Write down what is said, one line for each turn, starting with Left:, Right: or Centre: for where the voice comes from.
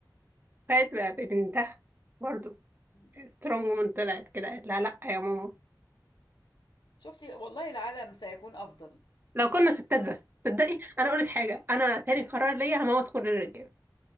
Right: فات بقى ببنتها برضه
Left: <laughs>
Right: سترونج وومن طلعت كده قالت لها لا يا ماما
Left: شفتي والله العالم سيكون افضل
Right: لو كنا ستات بس تصدقي انا اقول لك حاجة انا تاني قرار ليا هموت كل الرجالة